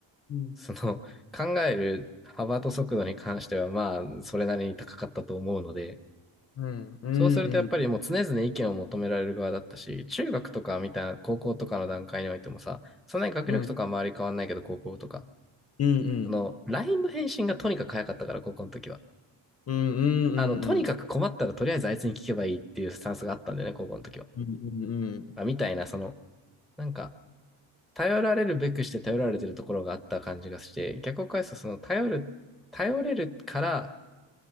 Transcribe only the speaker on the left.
うん
うんう
ん
うんうんうん
うんうんうん
うんうん